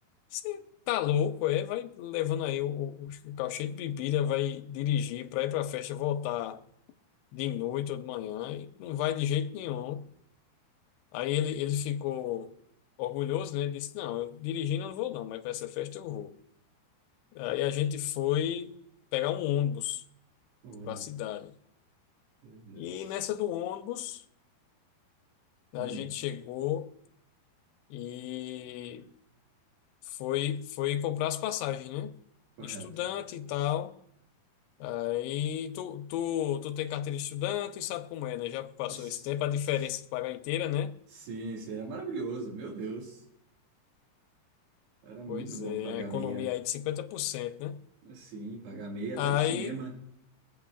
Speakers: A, on the left; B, on the right.
A: Você tá louco, é? Vai levando aí o, o, o carro cheio de bebida, vai dirigir para ir para festa, voltar de noite ou de manhã, e não vai de jeito nenhum. Aí ele, ele ficou orgulhoso, né? Disse: Não, eu dirigindo eu não vou, não, mas para essa festa eu vou. Aí a gente foi pegar um ônibus
B: Oh, meu
A: para
B: Deus.
A: a cidade.
B: Meu Deus.
A: E nessa do ônibus, a
B: Hum,
A: gente chegou e foi, foi comprar as passagens, né?
B: correto.
A: Estudante e tal. Aí tu, tu, tu tem carteira de estudante, e sabe como é, né? Já passou
B: S-
A: esse tempo, a diferença
B: s-
A: de pagar inteira, né?
B: Sim, sim, era maravilhoso, meu Deus. Era muito
A: Pois
B: bom
A: é,
B: pagar
A: a economia
B: meia.
A: aí de cinquenta por cento né?
B: Sim, pagar meia até
A: Aí,
B: no cinema.